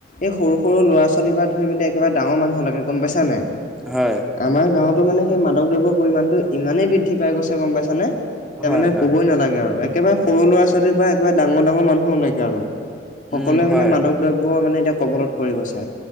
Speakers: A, on the left (about 45°); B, in the centre.
A: এই সৰু সৰু ল'ৰা ছোৱালী পা ধৰি মেলি একেবাৰে ডাঙৰ মানুহ লেকে গম পাইছা নাই?
B: হয়
A: আমাৰ গাঁৱতো মানে সেই মাদক দ্ৰৱ্যৰ পৰিমাণটো ইমানেই বৃদ্ধি পাই গৈছে গম পাইছানে? এতিয়া
B: হয়,
A: মানে
B: হয়।
A: ক'বই নালাগে আৰু একেবাৰে সৰু ল'ৰা-ছোৱালীৰ পৰা একেবাৰে ডাঙৰ ডাঙৰ মানুহ লৈকে আৰু সকলোৱে
B: উম, হয়,
A: মানে মাদক
B: হয়,
A: দ্ৰব্য মানে এতিয়া কবলত পৰি গৈছে।